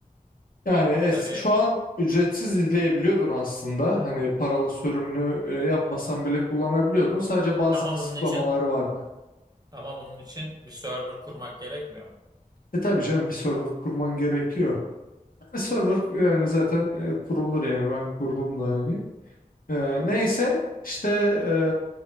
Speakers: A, on the left; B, on the right.
A: Yani es-
B: Tabii
A: şu an ücretsiz izleyebiliyordun aslında. Hani paralı sürümünü e, yapmasan bile kullanabiliyordun. Sadece bazı
B: ama
A: kısıtlamaları
B: bunun için
A: vardı.
B: ama bunun için bir server kurmak gerekmiyor mu?
A: E tabii canım bir server kurman gerekiyor. E, server yani zaten e, kurulur yani ben kurdum da yani. E, neyse işte e,